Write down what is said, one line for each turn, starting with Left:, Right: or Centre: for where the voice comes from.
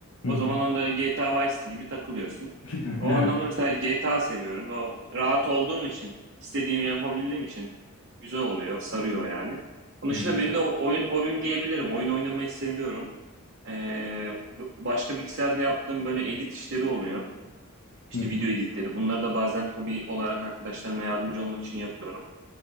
Left: Hı
Right: O
Left: hı.
Right: zaman onda GTA Vice City gibi takılıyorsun.
Left: <laughs>
Right: O
Left: Evet.
Right: anlamda mesela GTA seviyorum. O rahat olduğum için, istediğimi yapabildiğim için güzel oluyor, sarıyor yani. Onun dışında
Left: Hı hı.
Right: benim de oyun hobim diyebilirim. Oyun oynamayı seviyorum. E, başka bilgisayarda yaptığım böyle edit işleri oluyor. İşte
Left: Hı hı.
Right: video editleri. Bunları da bazen hobi olarak arkadaşlarıma yardımcı olmak için yapıyorum.